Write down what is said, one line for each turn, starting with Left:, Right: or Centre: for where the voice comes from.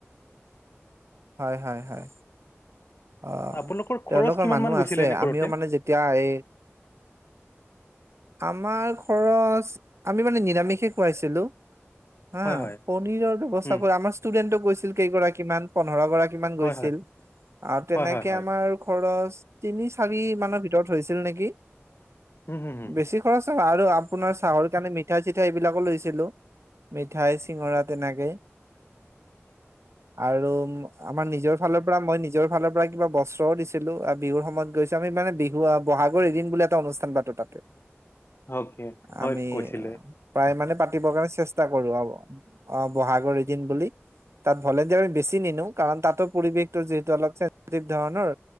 Right: হয় হয় হয় অ
Left: আপোনালোকৰ
Right: তেওঁলোকৰ
Left: খৰচ কিমান
Right: মানুহ
Left: মান গৈছিলে
Right: আছে
Left: এনে কৰোতে
Right: আমিও মানে যেতিয়া এই আমাৰ খৰচ আমি মানে নিৰামিষে খুৱাইছিলো হা
Left: হয় হয়
Right: পনীৰৰ ব্যৱস্থা
Left: উম
Right: কৰা। আমাৰ ষ্টুডেন্টও গৈছে। কেইগৰাকী মান, পোন্ধৰগৰাকী কিমান
Left: হয়
Right: গৈছিল?
Left: হয়
Right: আৰু তেনেকে
Left: হয় হয় হয়
Right: আমাৰ খৰচ তিনি চাৰি মানৰ ভিতৰত হৈছিল নেকি!
Left: উম হম হম
Right: বেছি খৰচ আৰু আপোনাৰ চাহৰ কাৰণে মিঠা-চিঠা এইবিলাকো লৈছিলো। মিঠাই চিঙৰা তেনেকেই। আৰু আমাৰ নিজৰ ফালৰ পৰা মই নি নিজৰ ফালৰ পৰা কিবা বস্ত্ৰও দিছিলোঁ আ বিহুৰ সময়ত গৈছো আমি মানে বিহু আহ বহাগৰ এদিন বুলি এটা অনুষ্ঠান পাতো তাতে।
Left: অকে, হয়
Right: আমি
Left: কৈছিলে।
Right: প্ৰায় মানে পাতিবৰ কাৰণে চেষ্টা কৰো <unintelligible> অ' বহাগৰ এদিন বুলি তাত ভলেণ্টিয়াৰ আমি বেছি নিনো। কাৰণ তাতো পৰিৱেশটো যে টো অলপ চেনচিটিভ ধৰণৰ